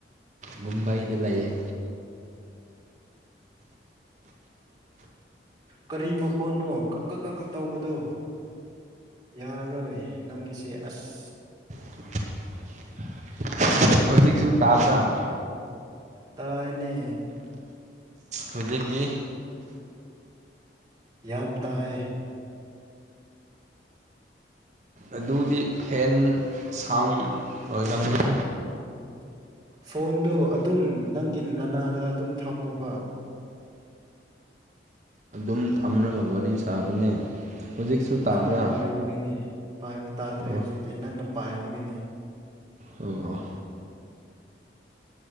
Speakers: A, on the right; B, on the right.
A: ꯃꯨꯝꯕꯩꯗ ꯂꯩꯌꯦ
B: ꯀꯔꯤ ꯃꯈꯣꯅꯣ ꯀꯛ ꯀ ꯀꯀ ꯇꯧꯕꯗꯣ ꯌꯥꯔꯣꯏ ꯅꯪꯒꯤꯁꯦ ꯑꯁ
A: <unintelligible> ꯍꯧꯖꯤꯛꯁꯨ ꯇꯥꯕꯗ
B: ꯇꯥꯏꯅꯦ
A: ꯍꯧꯖꯤꯛꯇꯤ
B: ꯌꯥꯝ ꯇꯥꯏ
A: ꯑꯗꯨꯗꯤ ꯐꯦꯟ ꯁꯥꯎꯟ ꯑꯣꯏꯔꯝꯅꯤ
B: ꯐꯣꯟꯗꯣ ꯑꯗꯨꯝ ꯅꯪꯒꯤ ꯅꯅꯥꯗ ꯑꯗꯨꯝ ꯊꯝꯃꯨꯕ
A: ꯑꯗꯨꯨꯝ ꯊꯝꯅꯕ ꯋꯥꯔꯤ ꯁꯥꯕꯅꯦ ꯍꯧꯖꯤꯛꯁꯨ ꯇꯥꯕ꯭ꯔꯥ
B: ꯅꯪꯅ ꯄꯥꯏꯕꯒꯤꯅꯦ ꯄꯥꯏꯕ ꯇꯥꯗ꯭ꯔꯦ
A: ꯑꯣ
B: ꯍꯧꯖꯤꯛꯇꯤ ꯅꯪꯅ ꯄꯥꯏꯕꯒꯤꯅꯤ
A: ꯑꯣ ꯑꯣ